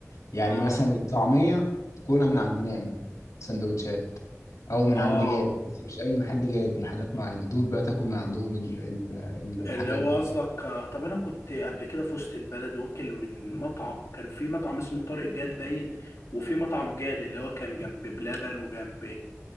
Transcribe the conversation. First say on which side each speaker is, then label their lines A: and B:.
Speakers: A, on the left; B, on the left.
A: يعني
B: اه
A: مثلا الطعميه تاكلها من عند نعمه سندوتشات او من
B: اه
A: عند جاد بس مش اي محل جاد محلات معينه دول بقى تاكل من عندهم ال ال ال الحاجات
B: اللي هو
A: دي
B: قصدك آه، طب انا كنت قبل كده في وسط البلد واكل من مطعم كان في مطعم اسمه طارق جاد باين وفي مطعم جاد اللي هو كان جنب بلبن وجنب